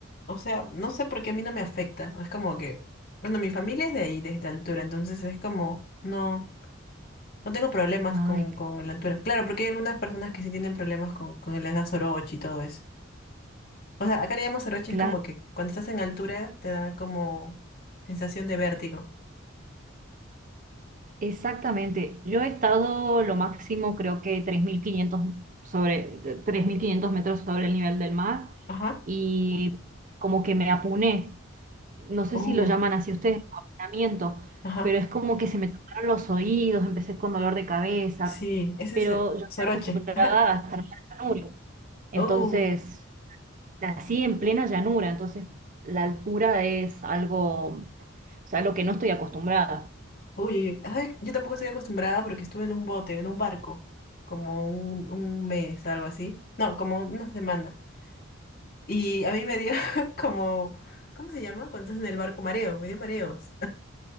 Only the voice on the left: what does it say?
O sea, no sé por qué a mí no me afecta. Es como que, bueno, mi familia es de ahí, de, de altura, entonces es como, no. No tengo problemas
con, con la altura. Claro, porque hay algunas personas que sí tienen problemas con, con el les da soroche y todo eso. O sea, acá le llamamos soroche,
es como que cuando estás en altura te da como sensación de vértigo.
Ajá.
Uy,
ajá.
Sí, ese
es eh,
soroche.
<laughs> Ajá.
Uh,
uy, uy, uy. Ay, Yo tampoco estoy acostumbrada porque estuve en un bote, en un barco, como un, un mes, algo así. No, como una semana. Y a mí me dio <laughs> como, ¿cómo se llama? Cuando estás en el barco, mareo, me dio mareos.